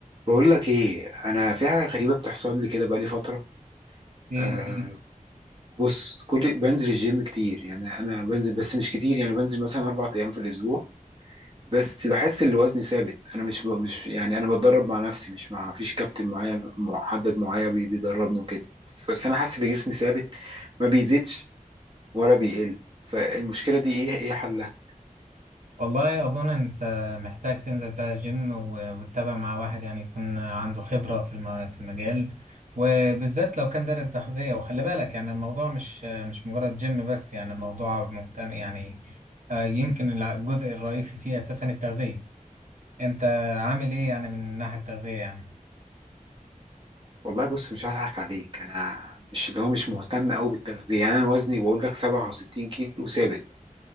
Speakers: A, on the right (about 40°); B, on the right (about 60°).
A: بقول لك ايه انا في حاجه غريبه بتحصل لي كده بقالي فتره
B: ايه
A: آه
B: رهيب
A: بص كل بنزل الجيم كتير يعني انا بنزل بس مش كتير يعني بنزل مثلا اربع ايام في الاسبوع بس بحس ان وزني ثابت انا مش ب... مش يعني انا بتدرب مع نفسي مش مع فيش كابتن معايا محدد معايا بي- بيدربني وكده بس انا حاسس ان جسمي ثابت ما بيزيدش ولا بيقل فالمشكله دي ايه ايه حلها
B: والله اظن انت محتاج تنزل بقى جيم و- وتتابع مع واحد يعني يكون عنده خبرة في الم- في المجال وبالذات لو كان دارس تغذية وخلي بالك يعني الموضوع مش مش مجرد جيم بس يعني الموضوع مهتم يعني آه، يمكن الع- الجزء الرئيسي فيه اساسا التغذية انت عامل ايه يعني من الناحية التغذية يعني
A: والله بص مش هضحك عليك انا مش اللي هو مش مهتم قوي بالتغذيه يعني انا وزني بقول لك 67 كيلو ثابت